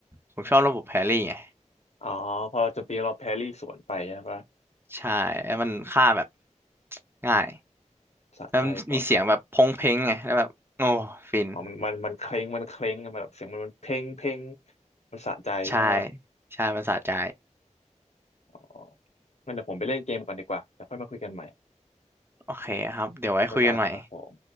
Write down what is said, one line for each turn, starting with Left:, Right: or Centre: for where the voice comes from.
Right: ผมชอบระบบแพรี่ไง
Left: อ๋อพอเราโจมตีเราแพรี่สวนไปใช่ปะ
Right: ใช่แล้วมันฆ่าแบบง่าย
Left: สะใจกว่า
Right: แล้วมันมีเสียงแบบพงเพงไงแล้วแบบโอ้ฟิน
Left: อ๋อมันมันมันเคร้งมันเคร้งมันแบบเสียงมันมันเพ่งเพ่งมันสะใจใช่ปะ
Right: ใช่ใช่มันสะใจ
Left: อ๋องั้นเดี๋ยวผมไปเล่นเกมก่อนดีกว่าเดี๋ยวค่อยมาคุยกันใหม่
Right: โอเคครับเดี๋ยวไว้คุยกันใหม่
Left: บ๊ายบายครับผม